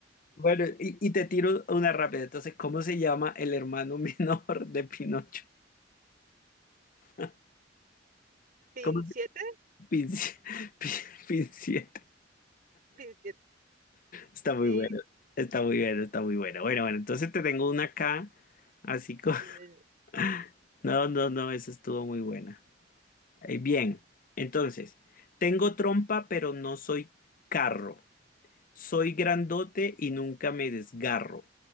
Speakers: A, on the left; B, on the right.
A: Bueno, y, y te tiro una rápida. Entonces, ¿cómo se llama el hermano <laughs> menor de Pinocho? <laughs>
B: ¿Pin
A: ¿Cómo se
B: siete?
A: pinci- <laughs> pin- pincita?
B: ¿Pin siete?
A: Está muy
B: Sí,
A: bueno, está muy bueno, está muy bueno. Bueno, bueno, entonces te tengo una acá, así como...
B: dime.
A: <laughs> No, no, no, esa estuvo muy buena. Eh, bien, entonces, tengo trompa, pero no soy carro. Soy grandote y nunca me desgarro.